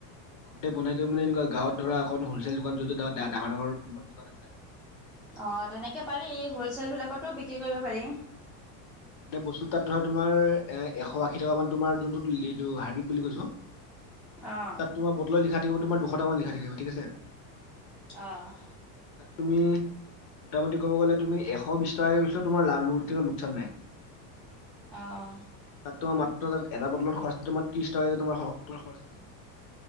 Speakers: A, on the left; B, in the centre.
A: ঘৰতে বনাই <unintelligible> মানে এনেকুৱা গাঁৱত ধৰা এখন হ'লছেল দোকান য'ত-য'ত ডা-ডাঙৰ ডাঙৰ দোকান আছে আৰু।
B: অ তেনেকে পাৰি হ'লচেল বিলাকতো বিক্ৰী কৰিব পাৰি।
A: গোটেই বস্তু তাত ধৰা তোমাৰ এ এশ আশী টকা মান তোমাৰ যোনটোটো লিটো হাৰ্পিক বুলি কৈছোঁ।
B: অ'
A: তাত তোমাৰ বটলত লিখা থাকিব, তোমাৰ দুশ টা মান লিখা থাকিব ঠিক আছে।
B: অঁ।
A: তাত তুমি, মোটামুটি ক'ব গ'লে তুমি এশ বিশ টকাকে বেচিলেও তোমাৰ লাভ <unintelligible> চেন্নাই।
B: অহ।
A: <unintelligible>